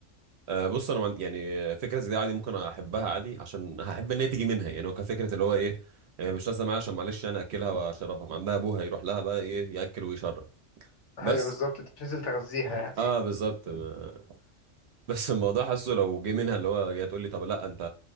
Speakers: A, on the right (about 65°); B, on the left (about 70°).
A: آه بص انا من... يعني آه، فكره زي دي عادي ممكن احبها عادي عشان هحب ان هي تيجي منها يعني هو كفكره اللي هو ايه آه، مش لازم معايا عشان معلش انا اكلها واشربها ما عندها ابوها يروح لها بقى ايه ياكل ويشرب
B: ايوه
A: بس
B: بالظبط انت بتنزل تغذيها يعني
A: اه بالظبط ما- <laughs> بس الموضوع حاسه لو جه منها اللي هو جاي تقول لي طب لا انت